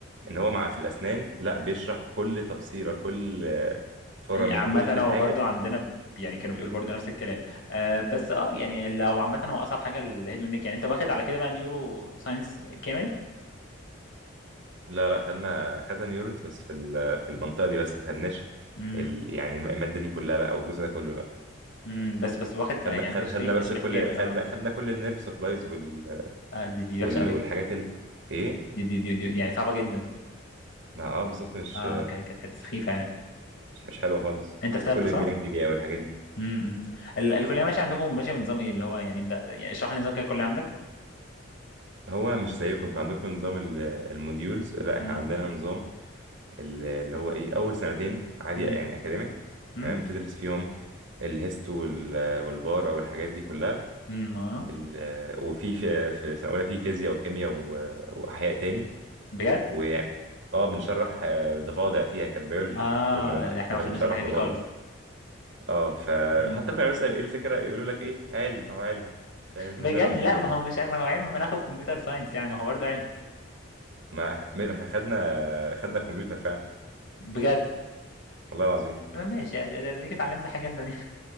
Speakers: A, on the right; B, on the left.
A: ان هو مع في الاسنان لا بيشرح كل تفصيله كل آه، فوره
B: عامة
A: من كل
B: هو
A: حاجه
B: برضو عندنا ب- يعني كانوا بيقولوا برضو نفس الكلام آه بس اه يعني لو عامة هو أصعب حاجة الهيد والنيك يعني أنت واخد على كده بقى نيورو ساينس كامل
A: لا لا خدنا خدنا نيورونز بس في ال- في المنطقه دي بس ما خدناش
B: امم
A: ال- يعني الم- الماده دي كلها لا او الجزء ده كله لا
B: امم بس بس واخد
A: خدنا
B: آه، يعني
A: خد-
B: تشريح
A: خدنا
B: تشريح
A: بس كل
B: كامل
A: خدنا
B: اه
A: خدنا كل النيرف سبلايز وال...
B: اه دي دي
A: وال...
B: وحشه قوي
A: والحاجات ال... ايه
B: دي دي, دي دي يعني صعبه جدا
A: ما اه بالظبط مش
B: اه كانت كانت حته سخيفه يعني
A: مش مش حلوه خالص
B: انت في
A: وكل
B: ثالثه
A: الجانجليا
B: صح؟ امم
A: والحاجات دي
B: امم. ال- الكليه ماشيه عندكم ماشيه بنظام ايه اللي هو يعني انت يعني اشرح لي نظام كده الكليه عندك
A: هو مش زيكم انتوا عندكم نظام ال- الموديولز لا
B: امم
A: احنا عندنا نظام ال- اللي هو ايه اول سنتين عادي
B: امم
A: يعني اكاديميك
B: امم
A: تمام تدرس فيهم الهيست وال... والبار او الحاجات دي كلها
B: امم اه
A: ال... وفي في في سنه اولى في فيزياء وكيمياء و... واحياء تاني
B: بجد؟
A: ويعني اه بنشرح آه، ضفادع فيها كانت بيولوجي
B: اه
A: فكنا بنش...
B: احنا
A: كنا
B: ما خدناش
A: بنشرح
B: الحاجه
A: ضفادع
B: دي خالص
A: اه فحتى
B: امم
A: كنا بنسأل ايه الفكرة يقولوا لك ايه علم هو علم فاهم قلنا
B: بجد
A: لهم
B: لا
A: طيب
B: ما هو مش علم ما لو علم ما ناخد كمبيوتر ساينس يعني ما هو برضه علم
A: ما ما احنا خدنا خدنا كمبيوتر فعلا
B: بجد
A: والله العظيم
B: ماشي اديك اتعلمت حاجه لدنيا